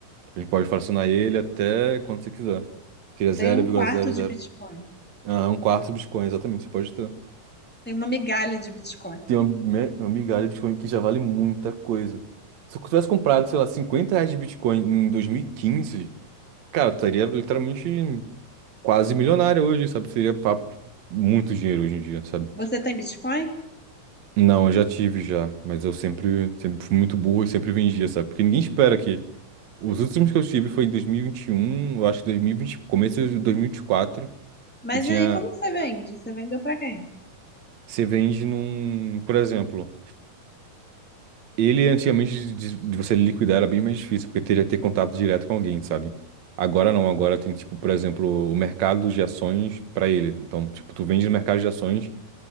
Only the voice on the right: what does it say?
A gente pode fracionar ele até quanto você quiser. Seria zero
vírgula
zero
zero.
Ah, um quarto de Bitcoin, exatamente, você pode ter.
Tem uma, me- uma migalha de Bitcoin que já vale muita coisa. Se eu tivesse comprado, sei lá, 50 reais de Bitcoin em dois mil e quinze cara, eu estaria literalmente quase milionário hoje, sabe? Seria papo, muito dinheiro hoje em dia, sabe?
Não, eu já tive já, mas eu sempre, sempre fui muito burro e sempre vendia, sabe? Porque ninguém espera que. Os últimos que eu tive foi em dois mil e e vinte e um eu acho que dois mil e vinte começo de dois mil e vinte e quatro
Eu tinha
Você vende num, por exemplo, ele antigamente de, de você liquidar era bem mais difícil, porque teria que ter contato direto com alguém, sabe? Agora não, agora tem tipo, por exemplo, o mercado de ações para ele. Então, tipo, tu vende no mercado de ações